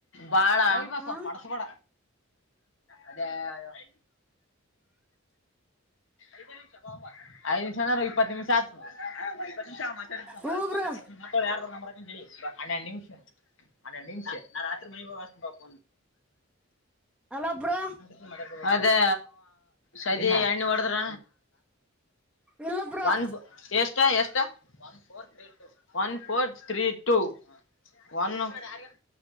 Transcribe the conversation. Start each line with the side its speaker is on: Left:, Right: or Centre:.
Left: ಬಾಳ ವಾಯಿ ಬಾ
Centre: ಹಾ
Left: ಸ್ವಲ್ಪ ಪಡ್ಸಬೇಡ ಅದೇ ಐ ಐದು ನಿಮಿಷ ಅನ್ನರಾಗ್ ಇಪ್ಪ ನಿಮಿಷ ಆತ ಇಪ್ಪತ್ತು ನಿಮಿಷ ಆವಾ ಮಾತಡಿದ ತೊಂಬಾ
Centre: ಹ್ಞೂ ಬ್ರೋ
Left: ಯಾರದರ ನಂಬರ್ ಹಾಕ್ತಿನಿ ತಡಿ ಹನ್ನೆರ ನಿಮಿಷ ಹನ್ನೆಡ್ ನಿಮಿಷ ನಾ ರಾತ್ರಿ ಮನೆಗೆ ಹೋಗಿ ಹಚ್ಚತೇನಿ
Centre: ಅಲ್ಲ ಬ್ರೋ
Left: ಫೋನಿಂಗ ಅದೇ ಸೇದಿ ಎಣ್ಣಿ ಹೊಡದ್ರ
Centre: ಇಲ್ಲ ಬ್ರೋ
Left: ಒನ್ ಎಷ್ಟಾ ಎಷ್ಟಾ four three two one four three two one ಅ್ಯನ್